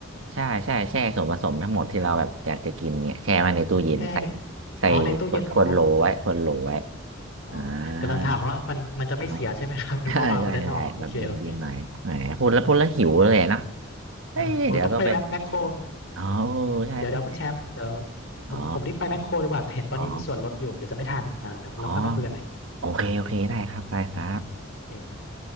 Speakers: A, on the right (about 75°); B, on the left (about 80°).
A: ใช่ใช่แช่ส่วนผสมทั้งหมดที่เราแบบอยากจะกินเนี่ยแช่ไว้ในตู้เย็นใส่
B: แช่เนี่ย
A: ใส่ขวดขวดโหลไว้ขวดโหลไว้
B: อ๋อในตู้เย็นอ๋ออ๋อกำลังถามว่ามันมันจะไม่เสียใช่ไหมครับ
A: อ่า <laughs> อ่า
B: <laughs> นึกว่าวางไว้ด้านนอกโอเคโอเค
A: ใช่ใช่ใช่แบบเย็นเย็นหน่อยแหมพูดแล้วพูดแล้วหิวเลยนะเฮ้ยเดี๋ยวต้องไป
B: ได้ โอ้ ต้องไปแมคแมคโคร
A: อ๋อใช่ใช่
B: เดี๋ยวเดี๋ยวคุณแชมป์เดี๋ยว ผมผมรีบไปแมคโครดีกว่า
A: อ๋อ
B: เห็นตอนนี้มีส่วนลดอยู่
A: อ๋อ
B: เดี๋ยวจะไม่ทันอ่าเดี๋ยวเราค่อยมาคุยกันใหม่
A: อ๋อโอเคโอเคได้ครับได้ครับ
B: โอเค